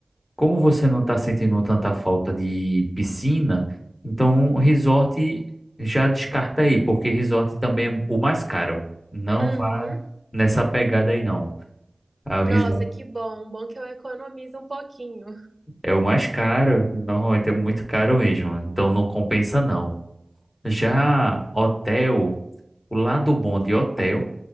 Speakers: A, on the left; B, on the right.
A: como você não está sentindo tanta falta de piscina, então o resort já descarta aí, porque resort também é o mais caro. Não
B: Uhum.
A: vá nessa pegada aí, não. Ah, O resort
B: Nossa, que bom. Bom que eu economizo um pouquinho.
A: é o mais caro, normalmente é muito caro mesmo, então não compensa não. Já hotel, o lado bom de hotel